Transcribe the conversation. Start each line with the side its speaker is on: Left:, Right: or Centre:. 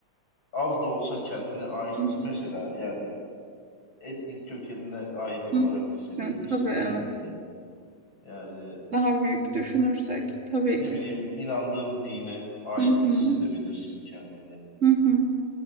Left: az da olsa kendine ait
Right: Hı hı,
Left: mesela yani etnik kökenine ait olarak
Right: hı.
Left: hissedebilirsin
Right: Evet, tabii evet.
Left: kendini. Yani
Right: Daha büyük düşünürsek tabii
Left: ne
Right: ki.
Left: bileyim inandığın dine ait
Right: Hı
Left: hissedebilirsin
Right: hı.
Left: kendini.
Right: Hı hı.